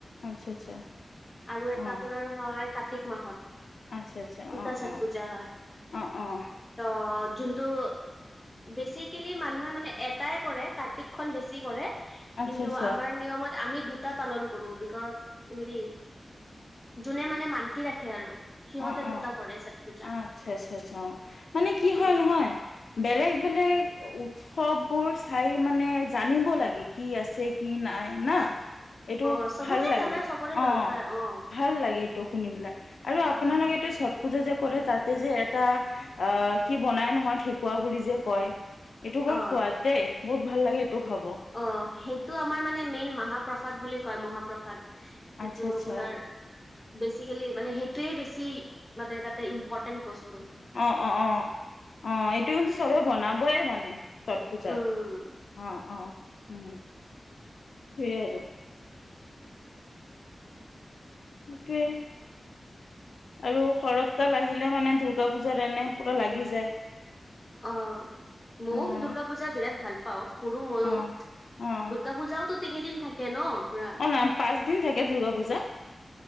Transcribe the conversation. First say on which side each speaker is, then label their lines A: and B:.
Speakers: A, on the left (about 80°); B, on the left (about 25°).
A: আচ্ছা আচ্ছা
B: আৰু এটা
A: অ',
B: আপোনাৰ হয় ক্তক মাহত
A: আচ্ছা, আচ্ছা,
B: গুতা
A: অ',
B: চাত
A: অ',
B: পূজা হয়
A: অ', অ',
B: ত যোনটো বেচিকেলি মানুহে মানে এটাই কৰে কাৰ্তিকখন বেছি কৰে
A: আচ্ছা,
B: কিন্তু
A: আচ্ছা,
B: আমাৰ নিয়মত আমি দুটা পালন কৰো বিকজ হেৰি যোনে মানে মান্তি ৰাখে আৰু সিহঁতে
A: অ
B: দুটা
A: অ
B: কৰে ছট পূজা
A: আচ্ছা আচ্ছা আচ্ছা অ মানে কি
B: উম
A: হয় নহয় বেলেগ বেলেগ সববোৰ চাই মানে জানিব লাগে কি আছে কি নাই না এইটো
B: অ চবকে
A: ভাল লাগে
B: জানা চবৰে
A: অ
B: দৰকাৰ অ
A: ভাল লাগে এইটো শুনিিবেলাই আৰু আপোনালোকেতো চব পূজা যে কৰে তাতে যে এটা আহ কি বনাই নহয় ঠকুৱা বুলি যে কয় এইটো বৰ
B: অ
A: সোৱাদ দেই বহুত ভাল লাগে এইটো খাব
B: অ সেইটো আমাৰ মানে মেইন মহাপ্ৰসাদ বুলি কয় মহাপ্ৰসাদ সটো
A: আচ্ছা আচ্ছা
B: আপোনাৰ বেচিকেলি মানে সেই োৱে বেছি মানে তাতে ইম্পৰ্টেণ্ট বস
A: অ অ অ অ এইটো কিন্তু চবে বনাবয়ে মানে ছট পূজাত
B: উম
A: অ অ উম স আৰু টোৱে আৰু শৰৎকাল আহিলে মানে দুূৰ্গা পূজাৰ এনে পুৰা লাগি যায়
B: অ মোক
A: অ',
B: দুূৰ্গা পূজা বিৰাট ভাল পাওঁ সৰু মইো
A: অ', অ',
B: দুূৰ্গা পূজাওতো তিনিদিন থাকে ন পুৰা
A: অ নাই পাঁচ দিন থাকে দুূৰ্গা পূজা